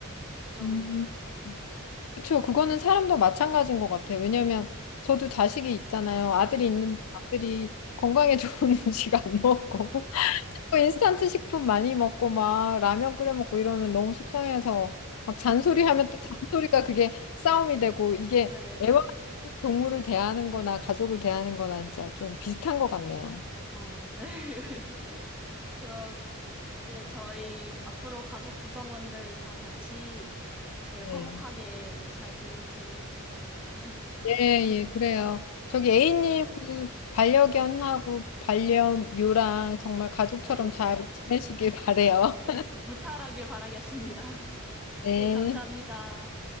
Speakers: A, in the centre; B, on the left.
A: 걱정이
B: 음.
A: 되더라고요.
B: 그쵸. 그거는 사람도 마찬가지인 것 같아요. 왜냐면 저도 자식이 있잖아요. 아들이
A: 네.
B: 있는데 아들이 건강에 좋은 <laughs> 음식 안 먹고 <laughs> 뭐 인스턴트 식품 많이 먹고 막 라면 끓여 먹고 이러면 너무 속상해서 막 잔소리하면
A: 네,
B: 또 잔소리가 그게 싸움이 되고 이게
A: 네,
B: 애완 동물을 대하는 거나 가족을 대하는 거나 진짜 좀 비슷한 것 같네요.
A: 어, 네. <laughs> 그럼 이제 저희 앞으로 가족 구성원들 다 같이 네, 화목하게
B: 네.
A: 네, 잘 지냈으면 좋겠습니다. <laughs>
B: 예, 예, 그래요. 저기
A: 네,
B: A님 그 반려견하고 반려묘랑 정말 가족처럼
A: 네,
B: 잘 지내시길 바래요.
A: 네, 무탈하길 바라겠습니다. <laughs>
B: <laughs> 네,
A: 네, 감사합니다.